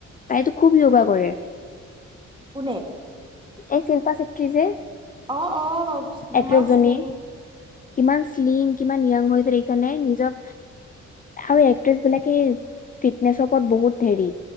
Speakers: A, on the left (about 25°); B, on the right (about 15°).
A: তাইতো খুব য়োগা কৰে
B: পনে
A: এই শিল্পা চটি যে
B: অ অ কিমান
A: এক্ট্ৰেছজনী
B: স্মি
A: কিমান শ্লিং কিমান নিয়ং হৈছে দেিছ নে নিজক আৰু এক্ট্ৰেছ বিলাকে ফিটনেচৰ ওপৰত বহুত ধেৰি